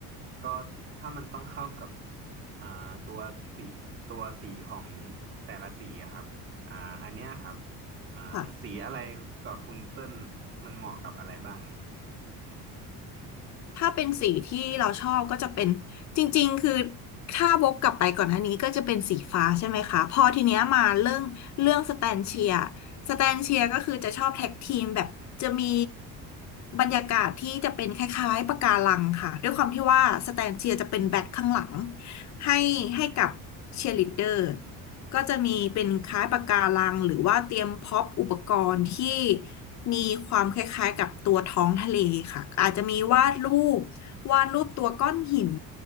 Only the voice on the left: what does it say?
ค่ะ
ถ้าเป็นสีที่เราชอบก็จะเป็นจริงๆคือถ้าวกกลับไปก่อนหน้านี้ก็จะเป็นสีฟ้าใช่ไหมคะพอทีเนี้ยมาเรื่องเรื่องสแตนเชียสแตนเชียก็คือจะชอบแท็กทีมแบบจะมีบรรยากาศที่จะเป็นคล้ายๆปะการังค่ะด้วยความที่ว่าสแตนเชียจะเป็นแบ็คข้างหลังให้ให้กับเชียร์ลีดเดอร์ ก็จะมีเป็นคล้ายปะการังหรือว่าเตรียมพร็อปอุปกรณ์ที่มีความคล้ายๆกับตัวท้องทะเลค่ะอาจจะมีวาดรูปวาดรูปตัวก้อนหิน